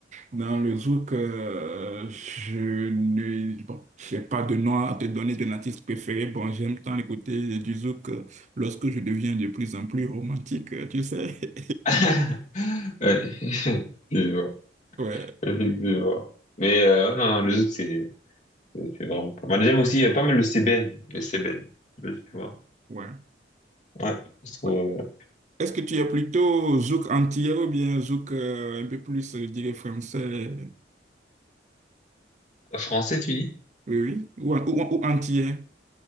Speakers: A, on the right; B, on the left.
A: dans le zouk, euh, je ne, bon, j'ai pas de nom à te donner de l'artiste préféré. Bon, j'aime tant écouter du zouk euh, lorsque je deviens de plus en plus romantique, euh, tu sais. <laughs>
B: <laughs> Ouais, <laughs> Effectivement,
A: Ouais,
B: effectivement. Mais euh, ouais, non, non, le zouk, c'est c'est- c'est vraiment pas mal. J'aime aussi, il y a pas mal le sébène, le sébène. Je sais pas si tu vois.
A: ouais,
B: Ouais, je trouve,
A: ouais.
B: euh,
A: Est-ce que tu es plutôt zouk antillais ou bien zouk euh, un peu plus, euh, je dirais, français?
B: Français, tu dis?
A: Oui, oui. Ou, ou, ou antillais?